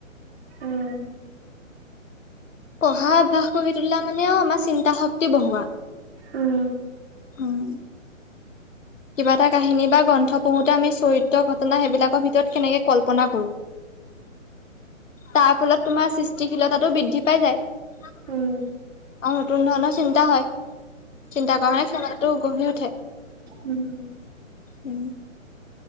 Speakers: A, on the right; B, on the left.
A: উম
B: পঢ়া অভ্যাস কৰি তোলা মানেও আমাৰ চিন্তা শক্তি বঢ়োৱা।
A: উম উম'।
B: উম কিবা এটা কাহিনী বা গ্ৰন্থ পঢ়োঁতে আমি চৰিত্ৰ ঘটনা সেইবিলাকৰ ভিতৰত কেনেকে কল্পনা কৰোঁ, তাৰ ফলত তোমাৰ সৃষ্টিশীলতাটো বৃদ্ধি পাই যায়। আৰু
A: উম
B: নতুন ধৰণৰ চিন্তা হয়, চিন্তা কৰা মানে ক্ষমতাটো গঢ়ি উঠে।
A: উম, উম।
B: উম।